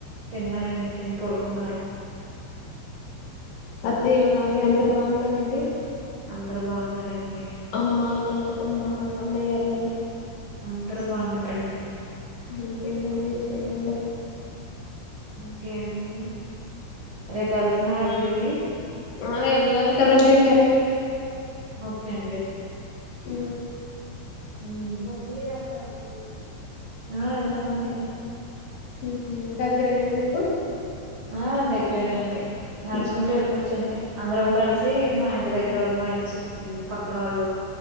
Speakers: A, on the right (about 85°); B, on the left (about 65°).
A: తిన్నారండి తిని పడుకున్నారు
B: అత్తయ్య మావయ్య అందరు బాగున్నార అండి
A: అందరు బాగున్నారంండి
B: అమ్మా నా అమ్మా అన్నయల్లు
A: అందరు బావున్నారండి
B: ఇంకేం టండి విశేషాలు
A: ఇంకేంముంది రేపు వెళ్తున్నారా గుడికి
B: ఆ వెళ్ళాలి కదండి మరి
A: ఓకే అండి
B: ఉ
A: నీవు కూడా వెళ్తావా గుడికి.. ఊ వెళ్తానండి
B: ఊహు. దగ్గరేనా మీకు
A: ఆ దగ్గరేనండి నడుచుకుంటూ
B: ఉమ్.
A: వెళ్ళిపొచ్చండి అందరం కలిసి మా ఇంటి దగ్గర వాళ్ళు మా ఇంటి చుట్ పక్కన వాళ్ళు